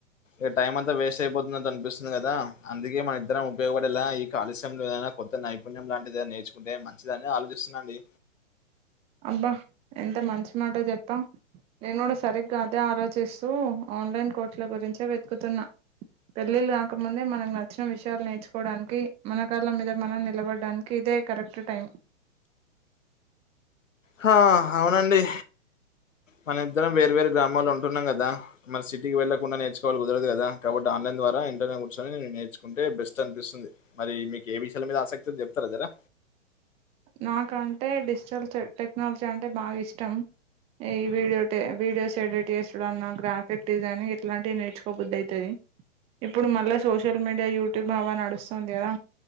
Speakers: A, on the left (about 80°); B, on the right (about 15°).
A: ఈ టైమ్ అంతా వేస్ట్ అయిపోతుంది అనిపిస్తుంది కదా అందుకే మన ఇద్దరం ఉపయోగపడేలా ఈ ఖాళీ సమయంలో ఏదైనా కొత్త ఒక నైపుణ్యం లాంటిది నేర్చుకుంటే మంచిదని ఆలోచిస్తున్నాండి
B: అబ్బా ఎంత మంచి మాటా చెప్పావు నేను కూడా సరిగ్గా అదే ఆలోచిస్తూ ఆన్లైన్ కోర్సులు గురించే వెతుకుతున్నా పెళ్ళిళ్ళు కాకముందే మనం నచ్చిన విషయాలు నేర్చుకోవడానికి మన కాళ్ళు మీద మనం నిలబడ్డానికి ఇదే కరెక్ట్ టైం
A: హ అవునండి మన ఇద్దరం వేరు వేరు గ్రామాల్లో ఉంటున్నాం కదా మరి సిటీకి వెళ్లకుండా నేర్చుకొవాలి కుదరదు కదా కాబట్టి ఆన్లైన్ ద్వారా ఇంట్లోనే కూర్చొని నేర్చుకుంటె బెస్ట్ అనిపిస్తుంది మరి మీకు ఏ విషయాల మీద ఆసక్తి ఉందో చెప్తారు కదా
B: నాకంటే డిజిటల్ చె టెక్నాలజీ అంటే బాగా ఇష్టం ఈ వీడియో టే వీడియోస్ ఎడిట్ చేసుడు అన్న గ్రాఫిక్ డిజైనింగ్ ఇట్లాంటివి నేర్చుకోబుద్ది అయితది ఇప్పుడు మళ్ళా సోషల్ మీడియా యూట్యూబ్ బాగా నడుస్తుంది కదా